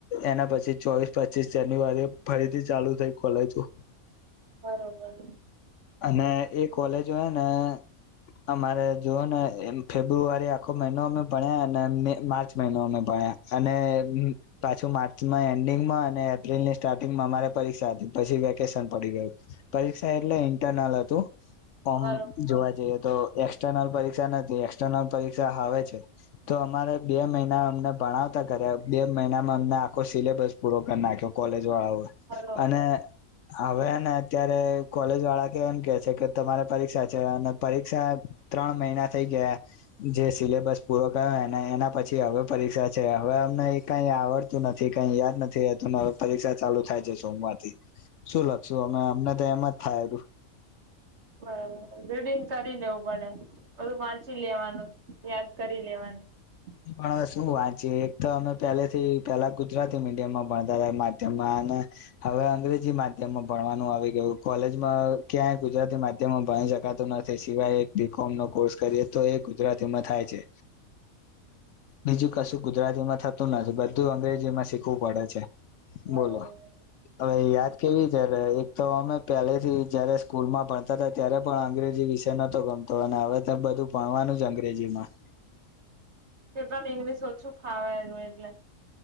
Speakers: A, on the left (about 65°); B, on the right (about 50°).
A: એના પછી ચોવીસ પચીસ જાન્યુઆરી ફરીથી ચાલુ થઈ કોલેજ <unintelligible>
B: બરોબર
A: અને એ કોલેજો હે ને અમારે જોઓને ફેબ્રુઆરી આખો મહિનો અમે ભણ્યા અને મે માર્ચ મહિનો અમે ભણ્યા અને પાછું માર્ચમાં એન્ડિંગમાં અને એપ્રિલ ની સ્ટાર્ટિંગમાં અમારે પરીક્ષા હતી પછી વેકેશન પડી ગયું પરીક્ષા એટલે ઇન્ટરનલ હતું ઓમ
B: બરોબર
A: જોવા જઈએ તો એક્સર્નલ પરીક્ષા નથી એક્સ્ટેર્નલ પરીક્ષા હવે છે તો અમારે બે મહિના અમને ભણાવતા કર્યા બે મહિનામાં અમને આખો સિલેબસ પૂરો કરી નાખ્યો કોલેજ જ વાળાઓએ
B: બરોબર
A: અને હવે હેને અત્યારે કોલેજ વાળા કે એમ કે છે કે તમારે પરીક્ષા છે અને પરીક્ષા ત્રણ મહિના થઈ ગયા જે સિલેબસ પૂરો કરયોને એના પછી હવે પરીક્ષા છે હવે અમને કઈ આવડતું નથી કઈ યાદ નથી રહેતું અને હવે પરીક્ષા ચાલુ થાય છે સોમવારથી શું લખશું અમે અમને તો એમ જ થાયેરુ
B: બરોબર રીડિંગ કરી લેવું પડે બધું વાંચી લેવાનું યાદ કરી લેવાનું
A: પણ હવે શું વાંચી એક તો અમે પેલેથી પેલા ગુજરાતી મીડિયમમાં ભણતા હતા માધ્યમમાં ને હવે અંગ્રેજી માધ્યમમાં ભણવાનું આવી ગયું કોલેજમાં ક્યાંય ગુજરાતી માધ્યમમાં ભ દેખાતું નથી સિવાય એક બીકોમનો કોર્સ કરીએ તો એ ગુજરાતીમાં થાય છે બીજું કશું ગુજરાતીમાં થતું નથી બધું અંગ્રેજી માં શીખવું પડે છે
B: બરોબર
A: બોલો હવે યાદ કેવી ત્યારે એક તો અમે પહેલેથી જયારે સ્કૂલમાં ભણતા હતા ત્યારે પણ અંગ્રેજી વિષય નતો ગમે તો હવે તો બધું ભણવાનું જ અંગ્રેજીમાં
B: એ તને ઇંગ્લિશ ઓછું ફાવે એનું એટલે